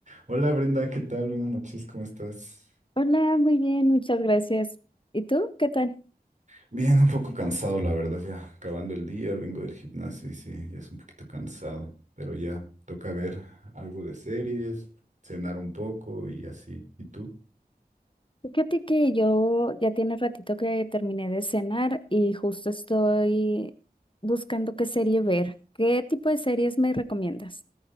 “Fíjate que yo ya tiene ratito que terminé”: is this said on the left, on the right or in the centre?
Left